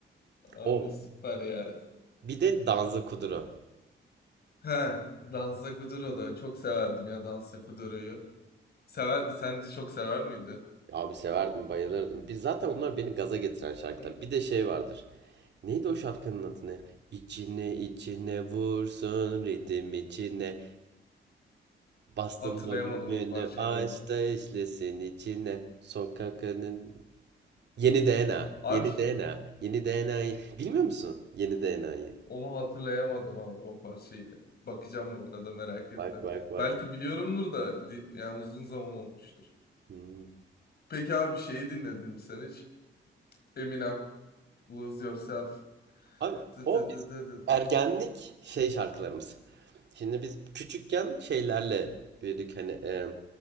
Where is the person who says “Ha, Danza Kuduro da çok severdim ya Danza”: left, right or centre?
Left